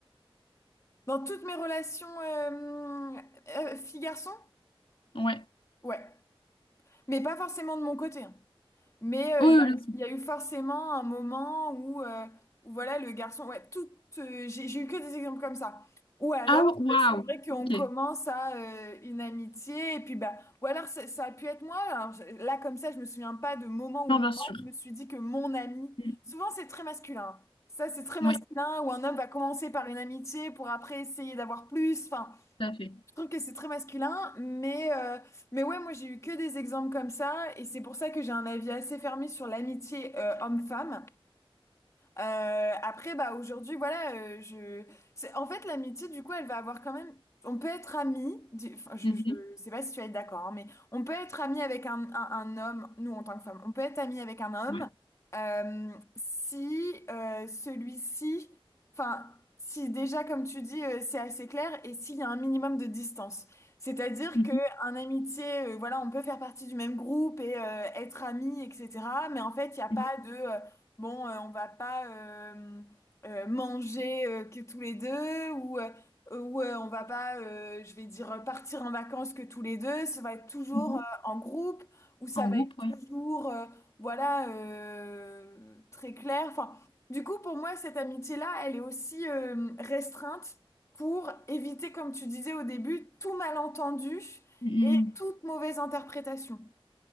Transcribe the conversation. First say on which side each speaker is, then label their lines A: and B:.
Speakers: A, on the left; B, on the left.
A: dans toutes mes relations euh, euh, fille-garçon?
B: Ouais.
A: Ouais. Mais pas forcément de mon côté. hein. Mais euh,
B: Oui,
A: il y
B: oui,
A: a,
B: bien sûr.
A: il y a eu forcément un moment où, euh, où voilà, le garçon... Ouais, tout, euh, j'ai, j'ai eu que des exemples comme ça. Ou alors,
B: Ah, waouh.
A: euh, c'est vrai qu'on
B: Ok.
A: commence à euh, une amitié, et puis bah... Ou alors, ça, ça a pu être moi. Alors, je- là, comme ça, je me souviens pas de moment où
B: Non,
A: moi,
B: bien sûr.
A: je me suis dit que mon ami...
B: Mm.
A: Souvent, c'est très masculin. hein. Ça, c'est très masculin,
B: Oui,
A: où un homme va commencer par une amitié pour après essayer d'avoir plus. enfin,
B: tout à fait.
A: Je trouve que c'est très masculin, mais, euh, mais ouais, moi j'ai eu que des exemples comme ça, et c'est pour ça que j'ai un avis assez fermé sur l'amitié euh, homme-femme. Euh, après, bah aujourd'hui, voilà, euh, je. c'est- En fait, l'amitié, du coup, elle va avoir quand même. On peut être ami. di- Enfin, je,
B: Mhm.
A: je sais pas si tu vas être d'accord, hein, mais on peut être ami avec un, un, un homme. Nous, en tant que femme, on peut être ami avec un homme
B: Ouais.
A: euh, si euh, celui-ci, enfin, si déjà, comme tu dis, euh, c'est assez clair et s'il y a un minimum de distance. C'est-à-dire
B: Mhm.
A: que un amitié, euh, voilà, on peut faire partie du même groupe et euh, être amis, etc. Mais en fait, il n'y a pas
B: Mhm.
A: de euh, Bon, euh, on va pas euh, euh, manger euh, que tous les deux ou, euh, ou euh, on va pas, euh, je vais dire, euh, partir en vacances que tous les deux. Ça va être toujours
B: Mhm.
A: euh, en groupe ou ça
B: En
A: va
B: groupe,
A: être
B: ouais.
A: toujours, euh, voilà, euh, très clair. Enfin, du coup, pour moi, cette amitié-là, elle est aussi euh, restreinte pour éviter, comme tu disais au début, tout malentendu
B: Mm,
A: et toute mauvaise interprétation.